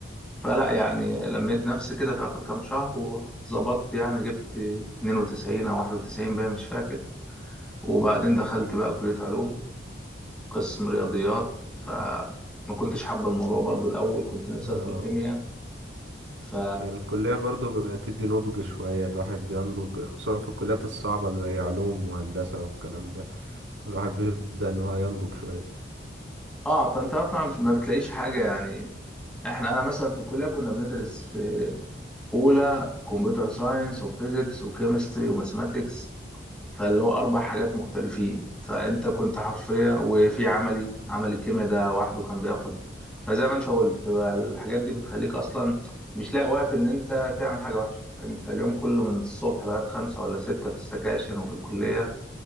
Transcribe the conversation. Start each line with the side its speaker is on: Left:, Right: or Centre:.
Centre: فلا يعني لميت نفسي كده في آخر كام شهر وظبطت يعني جبت 92 أو 91 باين مش فاكر وبعدين دخلت بقى كلية علوم قسم رياضيات فما كنتش حابة الموضوع برضو الأول كنت نفسي
Right: آه،
Centre: أدخل كيمياء ف
Right: الكلية برضو بتدي نضج شوية الواحد بينضج خصوصا في الكليات الصعبة زي علوم وهندسة والكلام ده الواحد بيبدأ إن هو ينضج شوية
Centre: اه طنطا طبعا ما بتلاقيش حاجة يعني احنا انا مثلا في الكلية كنا بندرس في اولى كمبيوتر ساينس وفيزيكس وكيمستري وماثماتكس فاللي هو اربع حاجات مختلفين فانت كنت حرفيا وفي عملي عمل الكيمياء ده وحده كان بياخد فزي ما انت قلت بقى الحاجات دي بتخليك اصلا مش لاقي وقت ان انت تعمل حاجه وحشه انت اليوم كله من الصبح لغايه خمسة ولا ستة في السكاشن وفي الكليه